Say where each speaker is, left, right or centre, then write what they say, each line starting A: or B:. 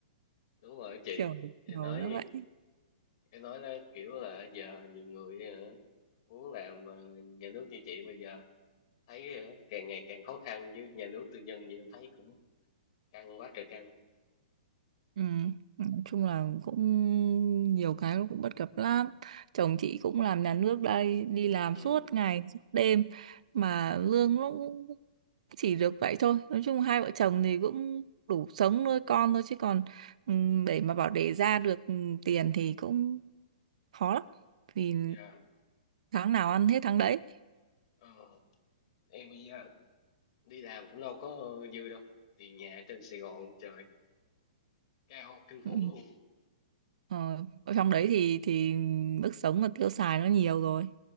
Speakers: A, on the left (about 50°); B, on the right (about 65°).
A: đúng rồi chị
B: kiểu
A: em
B: kiểu
A: nói
B: nó vậy.
A: em nói là kiểu là giờ nhiều người ờ, muốn làm ờ, nhà nước như chị bây giờ thấy ờ, càng ngày càng khó khăn với nhà nước tư nhân gì em thấy cũng căng quá trời căng
B: Ừ. Nói chung là cũng nhiều cái nó cũng bất cập lắm chồng chị cũng làm nhà nước đây đi làm
A: ừ
B: suốt ngày suốt đêm mà lương nó cũng chỉ được vậy thôi nói chung hai vợ chồng thì cũng đủ sống nuôi con thôi chứ còn ừ, để mà bảo để ra được ừ, tiền thì cũng khó lắm vì
A: Dạ,
B: tháng nào ăn hết tháng đấy
A: ờ, em bây giờ đi làm cũng đâu có dư đâu tiền nhà ở trên Sài Gòn trời cao kinh khủng
B: ừ.
A: luôn
B: ờ, ở trong đấy thì thì mức sống và tiêu xài nó nhiều rồi